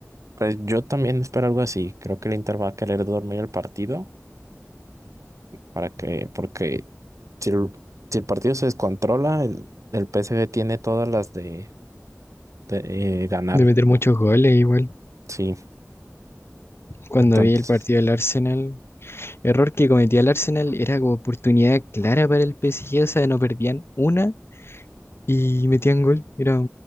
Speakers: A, on the right (about 75°); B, on the left (about 50°).
A: pues yo también espero algo así. Creo que el Inter va a querer dormir el partido para que, porque si el, si el partido se descontrola, el, el PSG tiene todas las de, de, eh, ganar.
B: de meter muchos goles igual.
A: Sí,
B: Cuando
A: entonces,
B: vi el partido del Arsenal, error que cometía el Arsenal era como oportunidad clara para el PSG, o sea, no perdían una y metían gol. Era